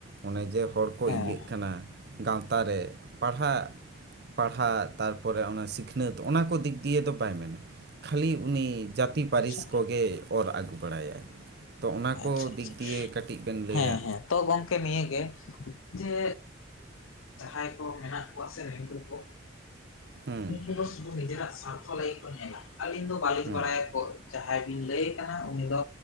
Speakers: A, on the right; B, on the left.
A: ᱚᱱᱮ ᱡᱮ ᱦᱚᱲ ᱠᱚ
B: ᱦᱮᱸ
A: ᱤᱭᱟᱹᱜ ᱠᱟᱱᱟ ᱜᱟᱶᱛᱟ ᱨᱮ ᱯᱟᱲᱦᱟᱜ ᱯᱟᱲᱦᱟᱜ ᱛᱟᱨᱯᱚᱨᱮ ᱚᱱᱟ ᱥᱤᱠᱷᱱᱟᱹᱛ ᱚᱱᱟ ᱠᱚ ᱫᱤᱠ ᱫᱤᱭᱮ ᱫᱚ ᱵᱟᱭ ᱢᱮᱱᱟ ᱠᱷᱟᱹᱞᱤ ᱩᱱᱤ ᱡᱟ ᱛᱤ ᱯᱟᱹᱨᱤᱥ
B: ᱟᱪᱪᱷᱟ
A: ᱠᱚᱜᱮᱭ ᱚᱨ ᱟᱹᱜᱩ ᱵᱟᱲᱟᱭᱟᱭ᱾ ᱛᱚ ᱚᱱᱟ ᱠᱚ
B: ᱟᱪᱪᱷᱟ
A: ᱫᱤᱠ
B: ᱟᱪᱪᱷᱟ
A: ᱫᱤᱭᱮ ᱠᱟᱹᱴᱤᱡ ᱵᱮᱱ ᱞᱟᱹᱭᱟ᱾
B: ᱦᱮᱸ ᱦᱮᱸ ᱛᱚ ᱜᱚᱢᱠᱮ ᱱᱤᱭᱟᱹᱜᱮ ᱡᱮ ᱡᱟᱦᱟᱸᱭ ᱠᱚ ᱢᱮᱱᱟᱜ ᱠᱚᱣᱟ ᱥᱮ ᱱᱤᱝᱠᱟᱹ ᱠᱚ᱾
A: ᱦᱩᱸ
B: ᱩᱱᱠᱩ ᱫᱚ ᱥᱩᱫᱷᱩ ᱱᱤᱡᱮᱨᱟᱜ ᱥᱟᱨᱛᱷᱚ ᱞᱟᱹᱜᱤᱫ ᱠᱚ ᱧᱮᱞᱟ ᱟᱹᱞᱤᱧ ᱫᱚ ᱵᱟᱹᱞᱤᱧ
A: ᱦᱩᱸ
B: ᱵᱟᱲᱟᱭᱟ ᱛᱚ ᱡᱟᱦᱟᱸᱭ ᱵᱤᱱ ᱞᱟᱹᱭᱮ ᱠᱟᱱᱟ ᱩᱱᱤ ᱫᱚ